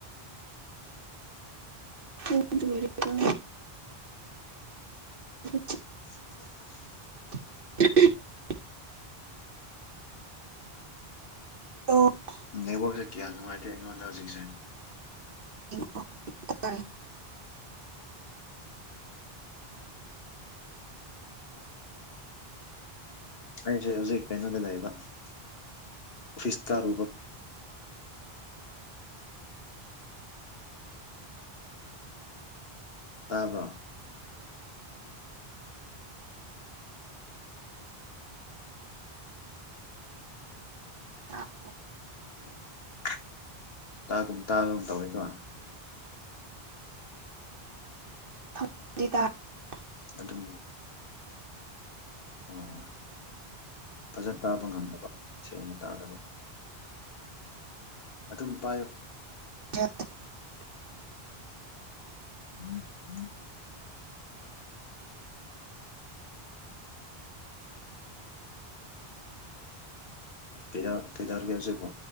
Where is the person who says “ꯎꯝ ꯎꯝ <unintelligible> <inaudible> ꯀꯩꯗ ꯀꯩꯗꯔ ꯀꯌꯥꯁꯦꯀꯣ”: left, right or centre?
Left